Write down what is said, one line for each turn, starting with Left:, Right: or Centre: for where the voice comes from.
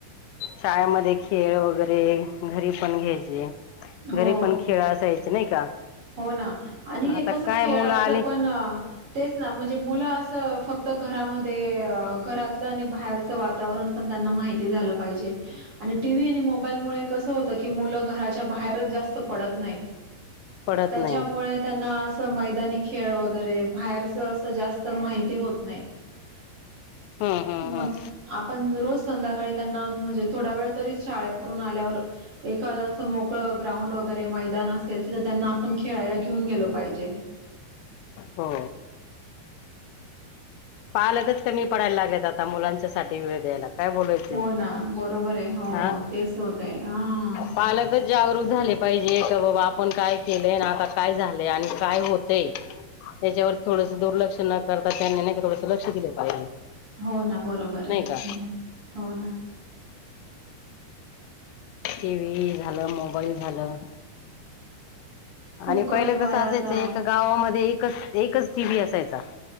Left: शाळेमध्ये खेळ व गरे घरी पण घ्यायचे,
Right: हो
Left: घरी पण खेळा असायचे नाही का?
Right: हो ना, आणि हे
Left: आता
Right: कस
Left: काय
Right: खेळाचं
Left: मुलं आली
Right: पण तेच ना म्हणजे मुल लांना फक्त घरामध्ये घरातलं आणि बाहेरच वातावरण पण त्यांना माहिती झालं पा हिजे आणि टीव्ही आणि मोबाईलमुळ कसं होतं की, मुलं घराच्या बाहेरच जास्त पडत नाहीत.
Left: पडत
Right: त्याच्यामुळे
Left: नाही
Right: त्यांना अस मैदानी खेळ वगैरे बाहेर च अस जास्त माहिती होत नाही.
Left: हम्म हम्म
Right: मग
Left: हम्म
Right: आपण रोज संध्याकाळी त्यांना म्हणजे थोडा वेळ तरी शाळेवरून आल्यावर एखादं असं मोकळं ग्राउंड वगैरे मैदान असेल. तिथं त्यांना आपण खेळायला घेऊन गेलो पाहिजे.
Left: हो. पालकच कमी पडायला लागलेत आता मुलांच्यासाठी वेळ द्यायला. काय बोलायचंय
Right: हो ना बरोबरे हो
Left: हा
Right: तेच होतय हं.
Left: पालकच जागरूक झाले पाहिजे का बाबा आपण काय केलंय आता काय झालंय आणि काय होतेय? त्याच्यावर थोडंस दुर्लक्ष न करता त्यांनी नाही का थोडसं लक्ष दिलं पाहिजे.
Right: हो ना बरोबरे.
Left: नाही का
Right: हो ना.
Left: टी. व्ही झालं मोबाईल झालं
Right: खूप
Left: आणि
Right: कमी
Left: पहिलं
Right: वयात
Left: कस असायचं
Right: अ
Left: एका गावामध्ये एकच एकच टी. व्ही असायचा.